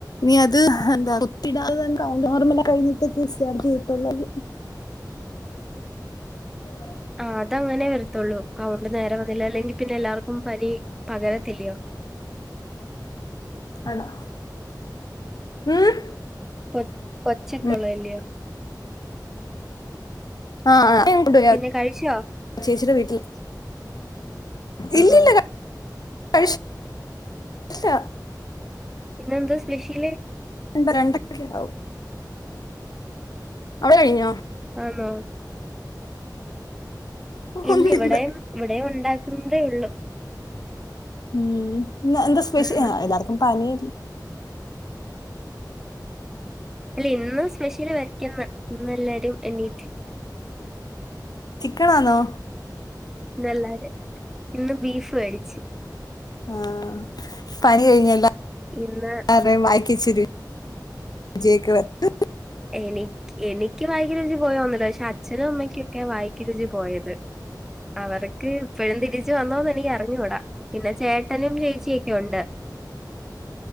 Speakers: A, on the left; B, in the centre.
A: നീ അത് എന്താ കുത്തിയിടാതെ കൗണ്ട് നോർമൽ ആകാൻ കഴിഞ്ഞിട്ട് ഡിസ്ചാർജ് <unintelligible> <unintelligible>
B: ആ അത് അങ്ങനെ വരത്തുള്ളൂ കൗണ്ട് നേരെ വന്നില്ലല്ലെങ്കി പിന്നെ എല്ലാർക്കും പനി പകരത്തില്ലോ
A: അണാ <unintelligible> ഉം
B: പോയി കൊച്ചൊക്കെ
A: ഉം.
B: ഉള്ളല്ല്യോ
A: ആ ആ <unintelligible>
B: പിന്നെ കഴിച്ചോ?
A: ചേച്ചിടെ വീട്ടിൽ
B: ആണോ
A: ഇല്ലില്ല കഴിച്ചു ഇല്ല
B: ഇന്നെന്താ സ്പെഷ്യല്
A: എന്ത രണ്ടക്കെ ണ്ടാവു അവിടെ കഴിഞ്ഞോ
B: ആന്നോ ആ ഇല്ല
A: ഒന്നുമില്ല
B: ഇവിടെയും ഇവിടെയും ഉണ്ടാക്കുന്നതേ ഉള്ളു
A: ഉം ന്ന് എന്താ സ്പെശ്യ
B: ആഹ്
A: ആ അ എല്ലാർക്കും പനി
B: അല്ല ഇന്ന് സ്പെശ്യല് വെക്ക്യന്ന് ഇന്ന് എല്ലാരും എണീറ്റ്
A: ചിക്കണാന്നോ
B: ഇന്ന് അല്ലാതെ ഇന്ന് ബീഫ് മേടിച്ച്
A: ആ പനി കഴിഞ്ഞല്ലേ
B: ഇന്ന്
A: എല്ലാർടേം വയ ഇച്ചിരി ജയ്ക്ക <unintelligible>
B: എനിക്ക് എനിക്ക് വായക്ക്‌ രുചി പോയോന്നില്ല പക്ഷെ അച്ഛനും അമ്മയ്ക്കൊക്കെ വായക്ക് രുചി പോയത് അവർക്ക് ഇപ്പഴും തിരിച്ച് വന്നോന്ന് എനിക്കറിഞ്ഞൂട പിന്ന ചേട്ടനും ചേച്ചിയൊക്കെ ഒണ്ട്